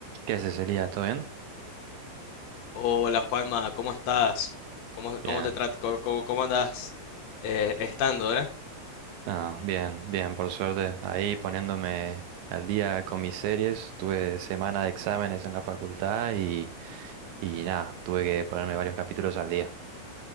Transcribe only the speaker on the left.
Hola Juanma, ¿cómo estás? ¿Cómo,
cómo te tratas? ¿Cómo, cómo- cómo andas eh, estando, eh?